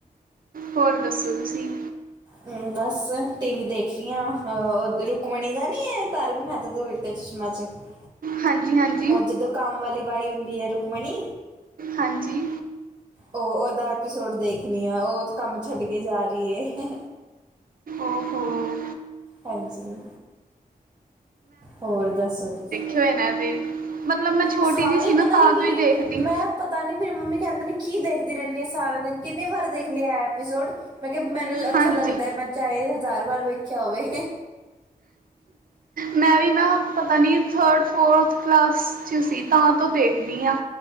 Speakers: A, on the right; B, on the right.
A: ਹੋਰ ਦੱਸੋ ਤੁਸੀਂ?
B: ਹਮ ਬਸ ਟੀ ਵੀ ਦੇਖ ਰਹੀ ਆਂ ਆਹੋ ਰੁਕਮਣੀ ਦਾ ਨੀ ਏ ਤਾਰਕ ਮਹਿਤਾ ਦਾ ੳਲ ਚਛਮਾ ਚ <unintelligible>
A: ਹਾਂਜੀ-ਹਾਂਜੀ
B: ਉਹ ਜਦੋਂ ਕੰਮ ਵਾਲੀ ਬਾਈ ਹੁੰਦੀ ਹੈ ਰੁਕਮਣੀ
A: ਹਾਂਜੀ
B: ਉਹ ਉਹਦਾ ਐਪੀਸੋਡ ਦੇਖਣੀ ਆ ਉਹ ਕੰਮ ਛੱਡ ਕੇ ਜਾ ਰਹੀ ਹੈ।
A: ਓਹੋ
B: ਹਾਂਜੀ, ਹੋਰ ਦੱਸੋ ਤੁਸੀਂ?
A: ਟ੍ਰੇਨ ਏ ਤੇ, ਮਤਲਬ ਮੈਂ ਛੋਟੀ
B: ਸਾਰੇ
A: ਜਿਹੀ ਸੀ
B: ਪਤਾ
A: ਨਾ ਤਾਂ
B: ਨਹੀਂ
A: ਤੋਂ
B: ਕੀ
A: ਹੀ ਦੇਖਦੀ
B: ਮੈਂ ਪਤਾ ਨੀ ਮੇਰੀ ਮੰਮੀ ਕਹਿੰਦੇ ਨੇ ਕੀ ਦੇਖਦੀ ਰਹਿੰਦੀ ਏ ਸਾਰਾ ਦਿਨ ਕਿੰਨੇ ਵਾਰ ਦੇਖ ਲਿਆ ਐਪੀਸੋਡ। ਮੈਂ ਕਿਹਾ ਮੈਨੂੰ ਅੱਛਾ
A: ਹਾਂਜੀ
B: ਲੱਗਦਾ ਹੈ ਮੈਂ ਚਾਹੇ ਹਜ਼ਾਰ ਵਾਰ ਵੇਖਿਆ ਹੋਵੇ
A: ਮੈਂ ਵੀ ਨਾ ਪਤਾ ਨਹੀਂ ਥਰਡ ਫੋਰਥ ਕਲਾਸ 'ਚ ਸੀ ਤਾਂ ਤੋਂ ਦੇਖਦੀ ਹਾਂ।